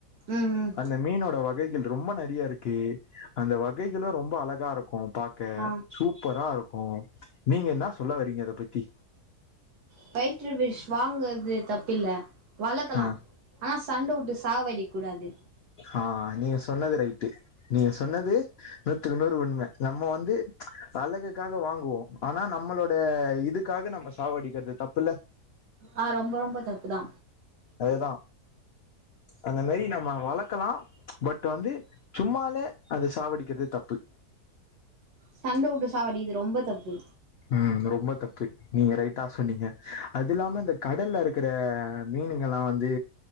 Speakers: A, on the right; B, on the left.
A: ம் ம்
B: அன் அந்த மீனோட வகைகள் ரொம்ப நெறைய இருக்கு அந்த வகைகளு ரொம்ப அழகா இருக்கு பா க்க
A: ஆ
B: சூப்பரா இருக்கு நீங்க என்ன சொல்ல வறீங்க அத பத்தி
A: ஃபைட்டர் ஃபிஷ் வாங்கறது தப்பில்ல வளக்கலா
B: ஆ
A: ஆனா சண்ட விட்டு சாவடிக்க கூடாது
B: ஆ நீங்க சொன்னது ரைட்டு நீ சொன்னது நூத்துக்கு நூறு உண்ம நம்ம வந்து அழகுக்காக வாங்குவோ ஆனா நம்மளோட இதுக்காக நம்ம சாவடிக்குறது தப்புல
A: ஆ ரொம்ப ரொம்ப தப்பு தா
B: அதுதா அந்த மாரி நம்ம வளர்க்கலா பட் வந்து சும்மாலே அத சாவடிக்கிறது தப்பு
A: சண்ட உட்டு சாவடிக்கிறது ரொம்ப தப்பு
B: ம் இந்த ரொம்ப தப்பு நீங்க ரைட்டா சொன்னீங்க அது இல்லாம இந்த கடல்ல இருக்கற மீனுங்கல்லா வந்து